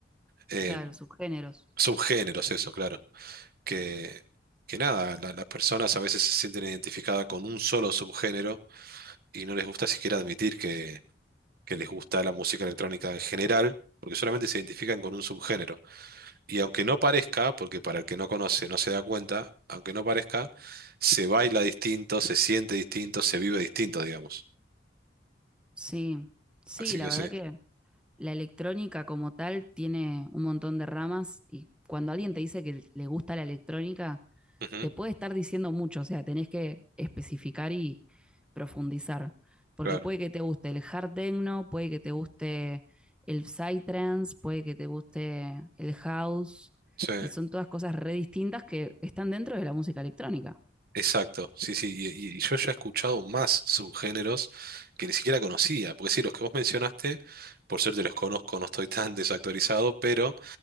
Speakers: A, on the right; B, in the centre.
A: em,
B: claro, sus géneros.
A: subgéneros, eso, claro. que, que nada, la- las personas a veces se sienten identificadas con un solo subgénero y no les gusta siquiera admitir que, que les gusta la música electrónica en general, porque solamente se identifican con un subgénero. Y aunque no parezca, porque para el que no conoce no se da cuenta, aunque no parezca, se baila distinto, se siente distinto, se vive distinto, digamos.
B: Sí, sí,
A: Así
B: la
A: que
B: verdad
A: sí.
B: que la electrónica como tal tiene un montón de ramas y cuando alguien te dice que le gusta la electrónica,
A: Ujú,
B: te puede estar diciendo mucho, o sea, tenés que especificar y profundizar, porque
A: claro.
B: puede que te guste el hard techno, puede que te guste el psytrance, puede que te guste el house,
A: Sí.
B: y son todas cosas re distintas que están dentro de la música electrónica.
A: Exacto, sí, sí, y, y yo ya he escuchado más subgéneros que ni siquiera conocía, porque sí, los que vos mencionaste, por suerte los conozco, no estoy tan desactualizado, pero